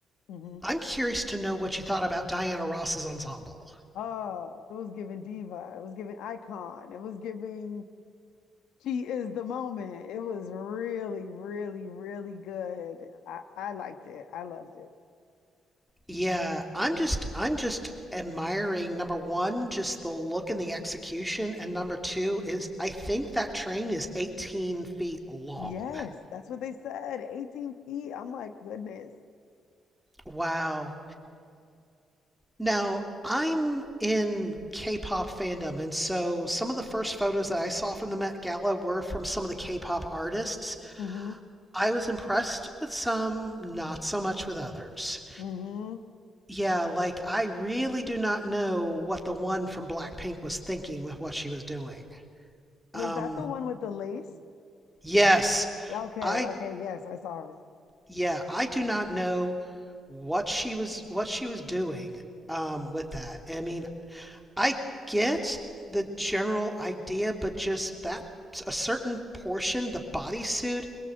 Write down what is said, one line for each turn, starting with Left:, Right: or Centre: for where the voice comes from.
Left: hmm
Centre: I'm curious to know what you thought about Diana Ross's ensemble.
Left: Oh, it was giving diva. It was giving icon. It was giving she is the moment. It was really, really, really good. I, I liked it. I loved it.
Centre: Yeah, I'm just I'm just admiring number one, just the look and the execution, and number two is I think that train is 18 feet long.
Left: Yes, that's what they said. 18 feet. I'm like, goodness. <laughs>
Centre: Wow. Now, I'm in K-pop fandom, and so some of the first
Left: Okay.
Centre: photos that I saw from the Met Gala were from some of the K-pop artists.
Left: Mm-hmm.
Centre: I was impressed with some, not so much with others.
Left: Mm-hmm.
Centre: Yeah, like I really do not know what the one from Blackpink was thinking with what she was doing.
Left: Was
Centre: Um,
Left: that the one with the lace?
Centre: yes,
Left: Okay,
Centre: I
Left: okay, yes, I saw her.
Centre: yeah, I do not know what she was what she was doing um with that. I mean, I get the general idea, but just that a certain portion, the bodysuit,